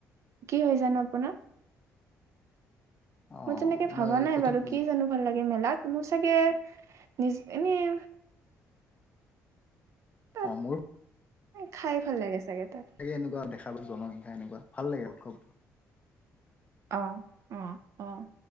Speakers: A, on the right (about 60°); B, on the left (about 25°).
A: কি হয় জানো আপোনাৰ?
B: অ
A: মই তেনেকে
B: অ
A: ভবা
B: মই
A: নাই
B: সঠিক
A: বাৰু
B: বুজো
A: কি জানো ভাল লাগে মেলাত মোৰ চাগে নিজ এনেই তাত
B: অ', মোৰ
A: খাই ভাল লাগে চাগে তাত।
B: লাগে এনেকুৱ দেখা পাইছোঁ জনসংখ্যা এনেকুৱা ভাল লাগে উৎসৱ।
A: অ', অ', অ'।